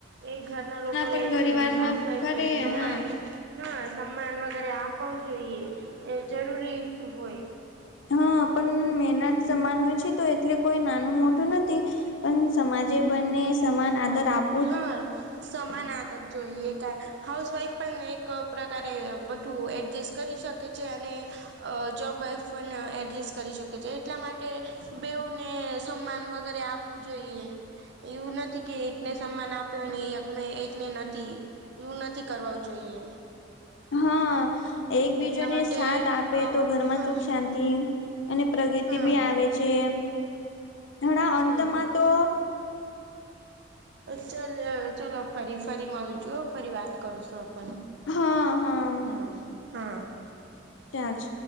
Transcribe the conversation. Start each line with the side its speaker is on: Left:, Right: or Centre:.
Right: એ ઘરના લોકો
Left: પણ
Right: એ
Left: ઘરીવારમાં
Right: હાઉસવાઈફ
Left: ખરે
Right: ને સમાન
Left: હા.
Right: હા સમાન વગેરે આપવું જોઈએ એ જરૂરી હોય.
Left: હા પણ મહેનત સમાન હોય છે તો એટલે કોઈ નાનું મોટું નથી. પણ સમાજે બંને સમાન આદર આપ
Right: હા સમાન <unintelligible> જોઈએ ક હાઉસ વાઈફ પણ એક કા પ્રકારે બધું એડજસ્ટ કરી શકે છે અને અ જોબવાઇફ પણ એડજસ્ટ કરી શકે છે એટલા માટે બેવને સન્માન વગેરે આપવું જોઈએ એવું નથી કે એકને સન્માન આપ્યો ને એકને નથી એવું નથી કરવુ જોઈએ એમ
Left: હા એકબીજોને
Right: એટલા માટે
Left: સાથ આપે
Right: અ
Left: તો ઘરમાં
Right: હા
Left: સુખ શાંતિ અને પ્રગતિ
Right: હા
Left: બી આવે છે હણા અંતમાં
Right: હા
Left: તો
Right: ચલ ચલો ફરી ફરી મળીજો ફરી વાત કરું સો હ
Left: હા હા
Right: હમ્મ હા
Left: ચારજ